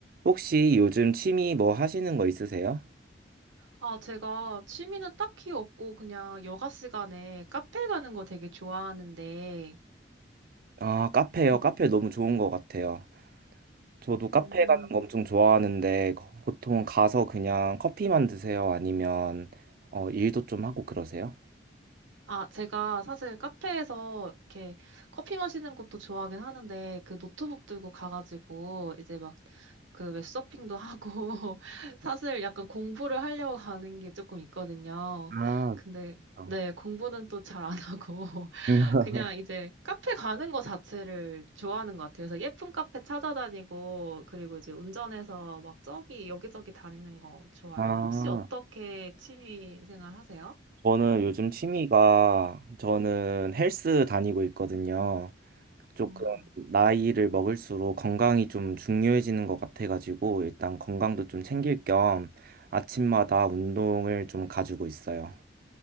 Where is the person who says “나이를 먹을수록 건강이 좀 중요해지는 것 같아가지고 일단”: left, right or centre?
Right